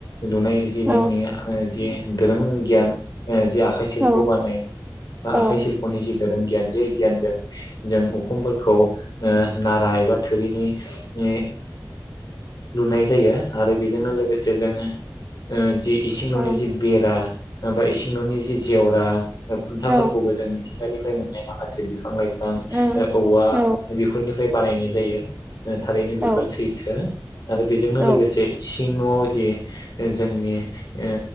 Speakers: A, on the left; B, on the right.
A: लुनाय जि जोंनि
B: औ
A: ओ जि दोरों गियान ओ जि आखाइशिल्प
B: औ
A: बानायनाय बा
B: औ
A: आखाइशिल्पनि जि दोरों गियान बे गियानजों जों उखुमफोरखौ ओ नारा एबा थोरिनि-नि लुनाय जायो आरो बेजोंनो लोगोसे जोङो ओ जि इसिं न'नि
B: औ
A: जे बेरा बा इसिं न'नि जि जेव बा ओ खुन्थाफोरखौबो
B: औ
A: जों मिथिंगानिफ्राय मोन नाय माखासे बिफां लाय फां
B: औ
A: ओ औवा
B: औ
A: बेफोरनि फ्राय बानायनाय जायो। ओ थारैनो बेफोर
B: औ
A: सैथो । आरो बेजोंनो
B: औ
A: लोगोसे इसिं न'आव जे जोंनि ओ